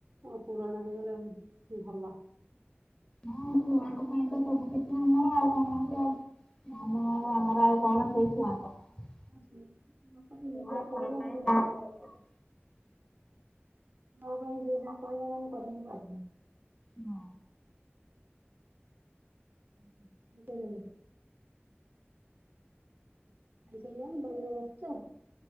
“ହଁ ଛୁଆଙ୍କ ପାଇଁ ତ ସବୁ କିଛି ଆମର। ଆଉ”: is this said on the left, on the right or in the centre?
Left